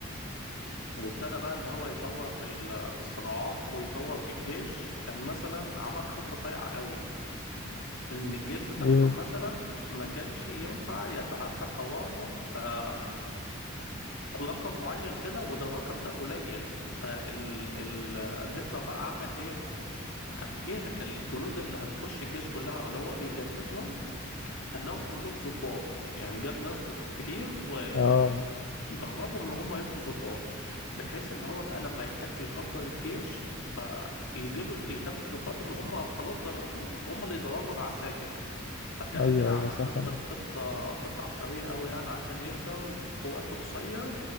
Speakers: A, on the left; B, on the left.
A: وابتدى بقى ان هو يطور في ال- في الصناعات ويطور في الجيش كان مثلا عمل خطة صايعة قوي ان الجيش بتاعهم
B: إيه
A: مثلا ما كانش ينفع يتعدى قوامه آه، رقم معين كده وده الرقم ده قليل فال ال... هتلر بقى عمل ايه؟ قام جه الجنود اللي هتخش الجيش كلها او اللي هو بيجندهم خلاهم كلهم ظباط يعني جاب ناس ك- كتير ويعني
B: آه
A: دربهم ان هم يبقوا ظباط بحيث ان هو بقى لما يحب يكبر الجيش فيجيبوا يخلي الظباط اللي هم خلاص دربهم هم اللي يدربوا العساكر فكان
B: أيوه
A: كده عمل
B: أيوه صح
A: خطة
B: أنا
A: خطة خطة عبقرية قوي يعني عشان يقدر في وقت قصير